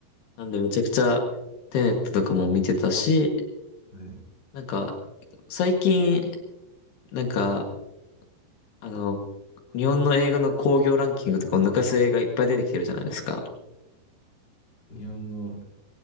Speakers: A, on the left; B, on the left.
A: なんで、めちゃくちゃ、テネットとかも見てたし、
B: はい。
A: なんか、最近、なんか、あの、日本の映画の興行ランキングとかを抜かす映画いっぱい出てきてるじゃないですか。
B: 日本の